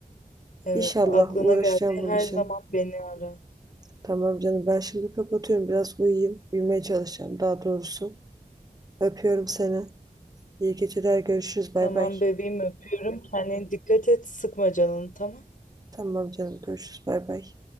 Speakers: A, on the left (about 60°); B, on the right (about 25°).
A: Evet
B: İnşallah
A: aklına
B: uğraşacağım
A: geldiği
B: bunun
A: her
B: için.
A: zaman beni ara.
B: Tamam canım ben şimdi kapatıyorum. Biraz uyuyayım. Uyumaya çalışacağım daha doğrusu. Öpüyorum seni. İyi geceler. Görüşürüz. Bay
A: Tamam
B: bay.
A: bebeğim öpüyorum. Kendine dikkat et. Sıkma canını tamam.
B: Tamam canım görüşürüz bay bay.